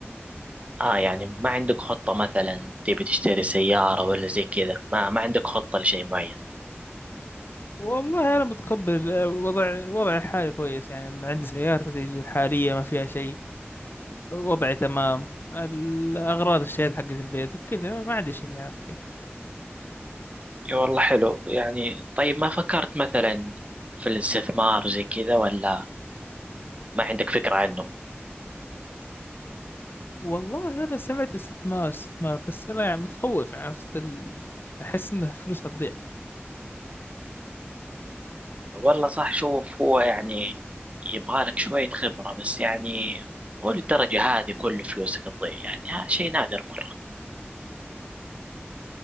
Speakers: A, on the right; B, on the left.
A: اه يعني ما عندك خطة مثلا تبي تشتري سيارة ولا زي كذا ما ما عندك خطة لشيء معين
B: والله أنا متقبل آه، وضع وضع الحالي كويس يعني عندي سيارتي الحالية ما فيها شيء وضعي تمام الأغراض اشتريت حقت البيت وكذا ما عندي شيء يا أخي
A: اي والله حلو يعني طيب ما فكرت مثلا في الاستثمار زي كذا ولا ما عندك فكرة عنه
B: والله أنا سمعت استثمار استثمار بس أنا يعني متخوف عرفت ال... أحس إنه فلوس هتضيع
A: والله صح شوف هو يعني يبغالك شوية خبرة بس يعني هو للدرجة هذه كل فلوسك تضيع يعني ها شيء نادر مرة